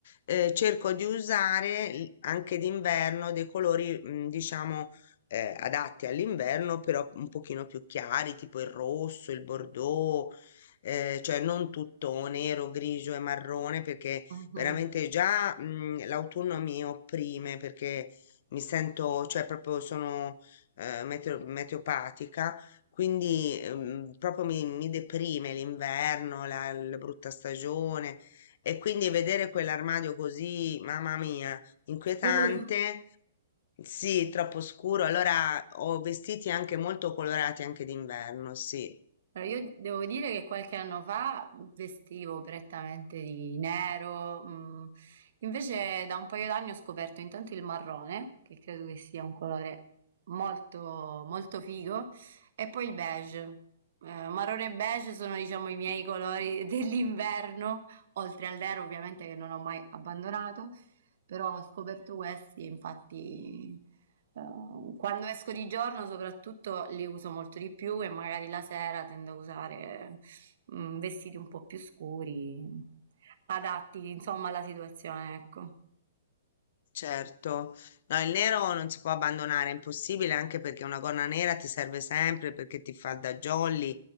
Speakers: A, on the left (about 50°); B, on the right (about 55°).
A: eh, cerco di usare l- anche d'inverno dei colori, mm, diciamo, eh, adatti all'inverno, però un pochino più chiari, tipo il rosso, il bordeaux, eh, cioè non tutto nero, grigio e marrone, perché
B: Mh-mh.
A: veramente già, mm, l'autunno mi opprime, perché mi sento, cioè proprio sono eh, meteo- meteopatica, quindi ehm, proprio mi, mi deprime l'inverno, la, la brutta stagione e quindi vedere quell'armadio così, mamma mia, inquietante,
B: Scuro.
A: sì, troppo scuro, allora ho vestiti anche molto colorati anche d'inverno, sì.
B: Allora, io devo dire che qualche anno fa vestivo prettamente di nero, mm. Invece da un paio d'anni ho scoperto intanto il marrone, che credo che sia un colore molto, molto figo, e poi il beige. Eh, marrone e beige sono, diciamo, i miei colori <laughs> dell'inverno, oltre al nero ovviamente che non ho mai abbandonato però ho scoperto questi e infatti eh, quando esco di giorno soprattutto li uso molto di più e magari la sera tendo a usare mm, vestiti un po' più scuri, adatti insomma alla situazione, ecco.
A: Certo, no, il nero non si può abbandonare, è impossibile anche perché una gonna nera ti serve sempre, perché ti fa da jolly,